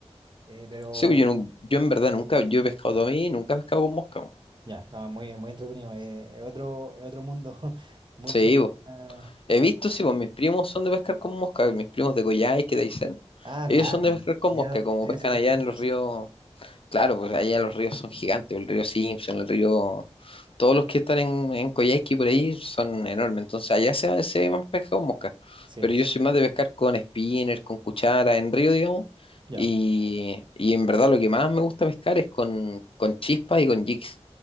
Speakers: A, on the right (about 45°); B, on the left (about 55°).
A: Eh, pero
B: Sí, pues yo, nun- yo en verdad nunca, yo he pescado todo a mí, nunca he pescado con mosca. po.
A: ya, no, muy, muy entretenido. eh, es otro, es otro mundo, <laughs> mucho
B: Sí, pues.
A: más-
B: He visto, sí, pues mis primos son de pescar con mosca, mis primos de Coyhaique, de Aysén.
A: Ah,
B: Ellos
A: claro,
B: son de
A: pero
B: pescar con
A: allá,
B: mosca, como
A: allá
B: pescan
A: se pesca
B: allá
A: mucho.
B: en los
A: Sí,
B: ríos, Claro, pues allá los ríos son gigantes, el río Simpson, el río, todos los que están en, en Coyhaique y por ahí son enormes, entonces allá se, se ve más pesca con mosca,
A: sí,
B: pero yo
A: sí,
B: soy más de pescar con spinner, con cuchara, en río, digamos,
A: ya,
B: y, y en verdad lo que más me gusta pescar es con, con chispas y con jigs,